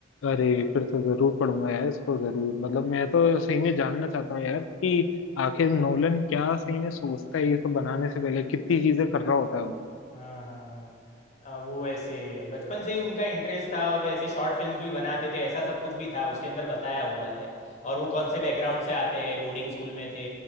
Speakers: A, on the left; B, on the left.
A: अरे फिर तो जरूर पढ़ूंगा यार इसको जरूर मतलब मैं तो सही में जानना चाहता हूँ यार कि आखिर नोलन क्या सही में सोचता है ये सब बनाने से पहले कितनी चीजें कर रहा होता है वो
B: हाँ, हाँ, हाँ। अ, वो ऐसे बचपन से ही उनका इंटरेस्ट था और वैसे शॉर्ट फिल्म्स भी बनाते थे ऐसा सब कुछ भी था उसके अंदर बताया हुआ है और वो कौन से बैकग्राउंड से आते हैं बोर्डिंग स्कूल में थे